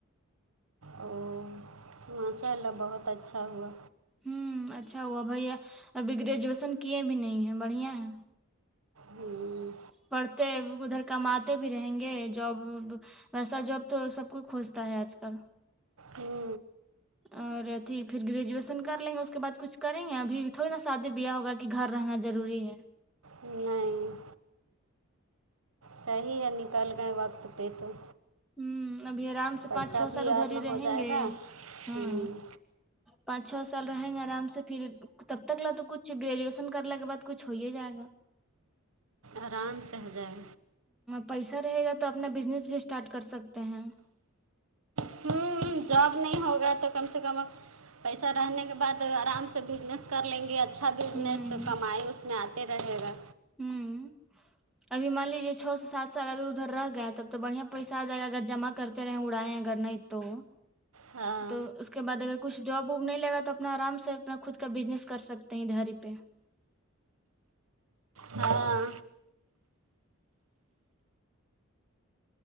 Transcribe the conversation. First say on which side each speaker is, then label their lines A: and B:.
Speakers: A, on the right; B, in the centre.
A: او ماشاء اللہ بہت اچھا ہوا
B: ہ اچھا وہ بھیا ابھی گریجویشن کیے بھی نہیں ہے بڑھیا ہے
A: ہوں
B: پڑھتے ادھر کماتے بھی رہیں گے جاب ویسا جاب تو سب کو کھجتا ہے آج کل
A: ہوں
B: اور ا تھی پھر گریجویشن کر لیں گے اس کے بعد کچھ کریں گے ابھی تھوڑی نا سادی بیاہ ہوگا گھر رہنا ضروری ہے
A: نہیں صحیح ہے نکل گئے وقت پہ تو
B: ہوں ابھی آرام سے
A: پیسہ
B: پانچ چھو
A: بھی
B: سال ادھر
A: اور نہ
B: رہیں
A: ہو جائے
B: گے
A: گا ہوں
B: ہاں پانچ چھ سال رہیں گے آرام سے پھر تب تک لا تو کچھ گریجویشن کرنے کے بعد کچھ ہو ہی جائے گا
A: آرام سے ہو جائے
B: پیسہ رہے گا تو اپنا بزنس بھی اسٹارٹ کر سکتے ہیں
A: ہوں جاب نہیں ہوگا تو کم سے کم پیسہ رہنے کے بعد آرام سے بزنس کر لیں گے اچھا اچھا بزنس
B: ہوں
A: تو کمائی اس میں آتے رہے گا
B: ہوں اب مان لیجیے چھ سے سات سال اگر ادھر رہ گئے تب تو بڑیا پیس آائے گا اگر جم کرتے رہے اڑائےیں اگر نہیں تو
A: ہاں
B: تو اس کے بعد اگر کچھ جاب ووب نہیں لگا تو اپنا آرام سے اپنا خود کا بزنس کر سکتے ہیں ادہھر پہ
A: ہاں